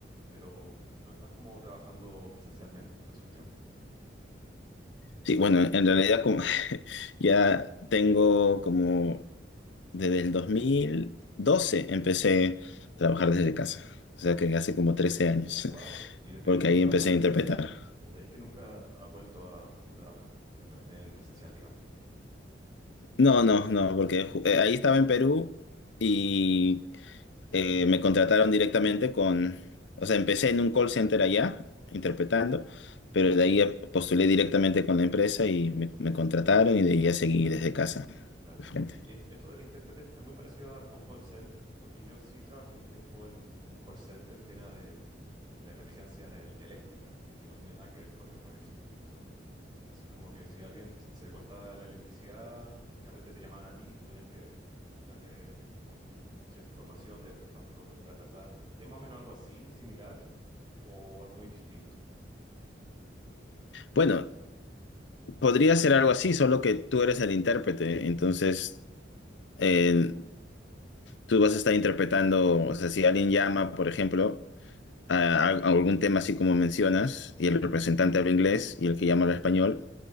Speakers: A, on the right (about 25°); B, on the left (about 80°).
A: pero no estás como trabajando presencialmente hace un tiempo.
B: Sí, bueno, en realidad como <laughs> ya tengo como Desde el 2012 empecé a trabajar desde casa. O sea que hace como 13 años,
A: wow.
B: <laughs>
A: Y desde
B: porque
A: ahí que no
B: ahí
A: trabajas
B: empecé
A: presencial,
B: a interpretar.
A: desde ahí que nunca has vuelto a, a trabajar en, tra- en presencial, digamos.
B: No, no, no, porque ju- eh, ahí estaba en Perú y eh, me contrataron directamente con, o sea, empecé en un call center allá interpretando,
A: Ujú, Sí,
B: pero de ahí postulé directamente con la empresa y me, me contrataron y de ahí ya seguí desde casa,
A: claro.
B: de frente.
A: Y, y esto, esto del intérprete es, es muy parecido al- a, un call center, porque yo sí trabajé un tiempo en, en un call center que era de, de emergencias el- eléctricas, que no tiene nada que ver con lo que me dices tú, pero así como que si a alguien se se le cortaba la electricidad, finalmente te llamaban a ti y tú tenías que darle mm, cierta información de cuánto le iba a tardar. Es más o menos algo así, similar, o es muy distinto?
B: Bueno, podría ser algo así, solo que tú eres el intérprete, entonces... eh, tú vas a estar interpretando, o sea, si alguien llama, por ejemplo, a, a algún tema así como mencionas, y el representante habla inglés y el que llama habla español,